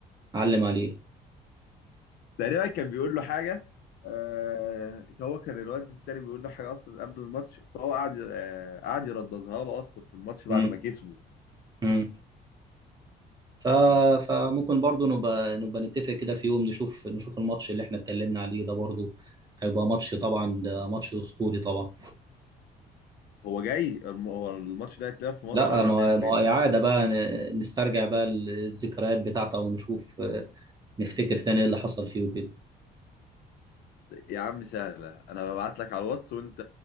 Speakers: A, on the right; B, on the left.
A: علم عليه
B: تقريبا كان بيقول له حاجه آه هو كان الواد التاني بيقول له حاجه اصلا قبل الماتش فهو قعد آه قعد يرددها له اصلا في الماتش
A: مم.
B: بعد ما كسبه
A: مم. ف... فممكن برضو نبقى نبقى نتفق كده في يوم نشوف نشوف الماتش اللي احنا اتكلمنا عليه ده برضو هيبقى ماتش طبعا ده ماتش اسطوري طبعا
B: هو جاي الم- هو الماتش ده هيتلعب في مصر
A: لا
B: ولا
A: ما
B: هيتلعب فين
A: ما هو اعاده بقى ن- نسترجع بقى الذكريات بتاعته ونشوف نفتكر تاني إيه اللي حصل فيه وكده
B: يا عم سهله انا ببعت لك على الواتس وانت